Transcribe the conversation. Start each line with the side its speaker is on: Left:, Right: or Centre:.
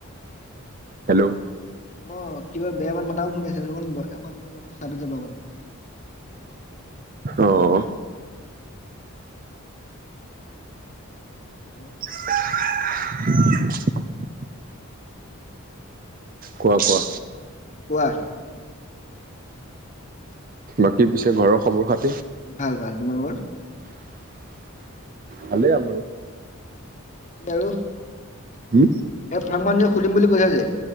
Right: হেল্ল'।
Left: অ কিবা বেয়া মান মাতাম শুনি আছে অক এখন ইফালে যাব চাইত যাব অকণ।
Right: অহ।
Left: হেল্ল'।
Right: <unintelligible> কোৱা কোৱা।
Left: কোৱা।
Right: বাকী পিছে ঘৰৰ খবৰ খাত।
Left: ভাল ভাল তোমাৰ লোকৰ।
Right: ভালে আমাৰো।
Left: বাকী আৰু।
Right: উম।
Left: এই ফাৰ্ম মানুহে খুলিম বুলি কৈছা যে।